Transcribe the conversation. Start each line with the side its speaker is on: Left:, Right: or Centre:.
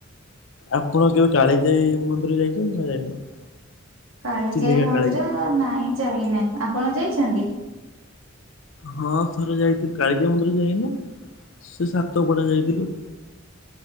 Left: ଆପଣ କେବେ କାଳିଜାଇ ମନ୍ଦିର ଯାଇଛନ୍ତି ନା ଯାଇନାହାନ୍ତି?
Right: କାଳିଯାଇ
Left: ଚିଲିକା
Right: ମନ୍ଦିର
Left: କାଳିଜାଇ?
Right: ନାଇଁ ଯାଇ ନାହିଁ ଆପଣ ଯାଇଛନ୍ତି?
Left: ହଁ ଥରେ ଯାଇଥିଲି କାଳିଜାଇ ମନ୍ଦିର ଯାଇନି। ସେ ସାତପଡା ଯାଇଥିଲି।